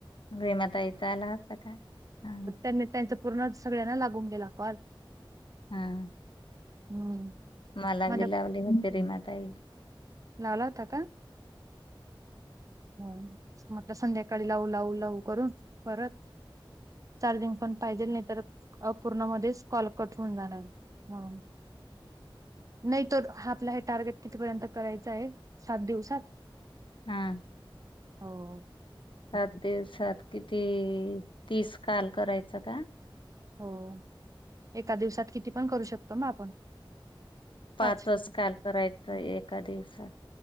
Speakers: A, on the left; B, on the right.
A: गिरीमा ताईचा आला होता का? हा.
B: नाही. त्यांच पूर्णच सगळ्यांना लागून गेला कॉल.
A: हा.
B: हम्म.
A: मला
B: माझा
A: बी लावली होती रिनाताई.
B: लावला होता का? हो. म्हटलं संध्याकाळी लावू लावू लावू करून परत चार्जिंग पण पाहिजेल नाही, तरअपूर्ण मध्येच कॉल कट होऊन जाणार. हा. नाही. तो आपला हे टार्गेट कितीपर्यंत करायच आहे सात दिवसात!
A: हा.
B: हो हो.
A: सात दिवसात किती? ते तीस कॉल करायचा का?
B: हो. एका दिवसात किती पण करू शकतो ना आपण.
A: पाचच
B: पाच
A: कॉल करायचं एका दिवसात?